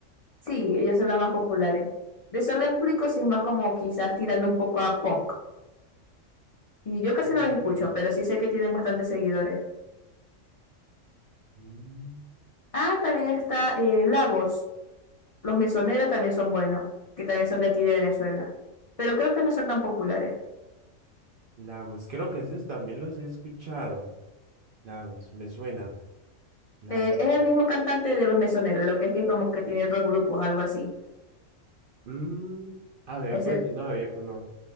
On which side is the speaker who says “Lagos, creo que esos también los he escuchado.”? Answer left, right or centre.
Right